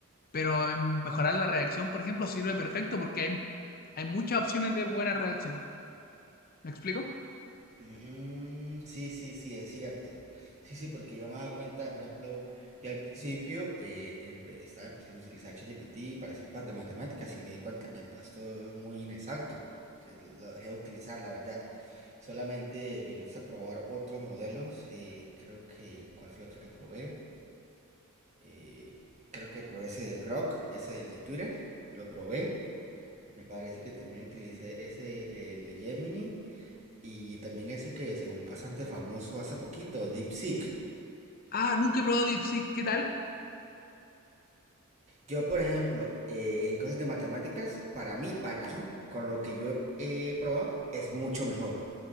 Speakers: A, on the left; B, on the right.
A: Pero en mejorar la redacción, por ejemplo, sirve perfecto porque hay, hay muchas opciones de buenas redacciones. ¿Me explico?
B: Mm, sí, sí, sí, es cierto. Sí, sí, porque yo me he dado cuenta, por ejemplo, yo al principio eh, empe- estaba empezando a utilizar ChatGPT para hacer cosas de matemáticas y me di cuenta que no, esto es muy inexacto. Entonces, lo dejé de utilizar, la verdad. Solamente eh, empecé a probar otros modelos. eh, creo que, ¿cuál fue el otro que probé? Eh, creo que probé ese de Grok, ese del de Twitter. Lo probé. Me parece que también utilicé ese, el de Gemini. Y también ese que se volvió bastante famoso hace poquito, DeepSeek.
A: Ah, nunca he probado DeepSeek. ¿Qué tal?
B: Yo, por ejemplo, eh, en cosas de matemáticas, para mí, para mí, con lo que yo he probado, es mucho mejor